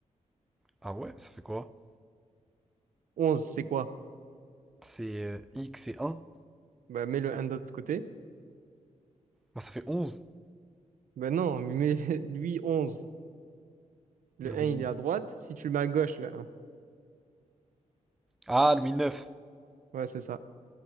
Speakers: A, in the centre; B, on the right.
A: Ah ouais, ça fait quoi?
B: onze c'est quoi?
A: C'est euh, X et 1.
B: Bah, mets le un de l'autre côté.
A: Bon, ça fait 11.
B: Ben non, mais <laughs> lui, onze Le
A: Louis.
B: un il est à droite. Si tu le mets à gauche, le 1.
A: Ah, Louis 9.
B: Ouais, c'est ça.